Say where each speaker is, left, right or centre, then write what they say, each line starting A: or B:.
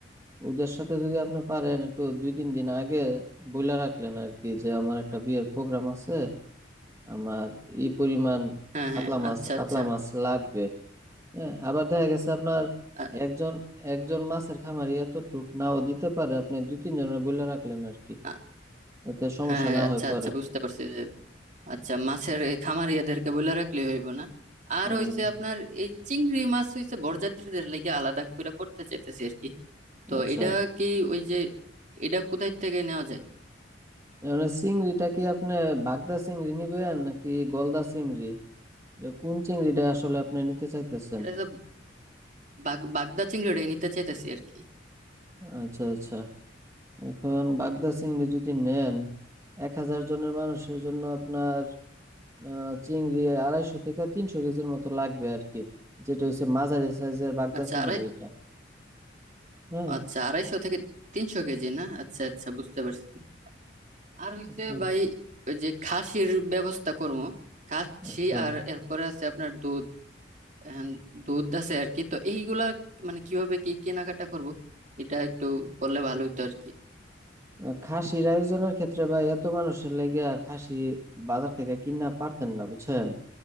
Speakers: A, on the right (about 15°); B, on the right (about 40°).
A: ওদের সাথে যদি আপনি পারেন একটু দুই তিন দিন আগে বইলা রাখলেন আর কি যে আমার একটা বিয়ের প্রোগ্রাম আছে আমার এই পরিমাণ
B: হ্যাঁ
A: কাতলা
B: হ্যাঁ
A: মাছ
B: আচ্ছা
A: কাতলা
B: আচ্ছা
A: মাছ লাগবে হ্যাঁ আবার দেখা গেছে আপনার
B: আ-
A: একজন একজন মাছের খামারি এত টুক নাও দিতে পারে আপনি দুই তিনজনের বইলা রাখলেন আর কি
B: আ-
A: তাতে সমস্যা
B: হ্যাঁ হ্যাঁ,
A: না
B: আচ্ছা
A: হয় পরে
B: আচ্ছা বুঝতে পারছি যে আচ্ছা মাছের এই খামারিয়াদেরকে বলে রাখলে হইব না আর
A: হুম
B: হইছে আপনার এই চিংড়ি মাছ হইছে বরযাত্রীদের লেগে আলাদা করে করতে চাইতেছি আর কি তো
A: আচ্ছা
B: এটা কি ওই যে এটা কোথায় থেকে নেওয়া যায়
A: মানে চিংড়িটা কি আপনি বাগদা চিংড়ি নিবেন নাকি গলদা চিংড়ি এটা কোন চিংড়িটা আসলে আপনি নিতে চাইতেছেন
B: এটা যে বাগ- বাগদা চিংড়িটাই নিতে চাইতেছি আর কি
A: আচ্ছা আচ্ছা এখন বাগদা চিংড়ি যদি নেন এক হাজার জনের মানুষের জন্য আপনার আহ, চিংড়ি আড়াইশো থেকে তিনশো কেজির মতো লাগবে আর কি যেটা হচ্ছে মাঝারি সাইজের বাগদা
B: আচ্ছা
A: চিংড়ি
B: আড়াই
A: এটা হ্যাঁ
B: আচ্ছা আড়াইশো থেকে তিনশো কেজি না আচ্ছা আচ্ছা বুঝতে পারছি আর হচ্ছে
A: আচ্ছা
B: ভাই ওই যে খাসির ব্যবস্থা করবো খাসি
A: আচ্ছা
B: আর এরপরে আছে আপনার দুধ হ্যাঁ, দুধ আছে আর কি তো এইগুলা মানে কিভাবে কি কেনাকাটা করব এটা একটু বললে ভালো হতো আর কি
A: আহ, খাসির আয়োজনের ক্ষেত্রে ভাই এত মানুষের লেগিয়া খাসি বাজার থেকে কিনা পারতেন না বুঝছেন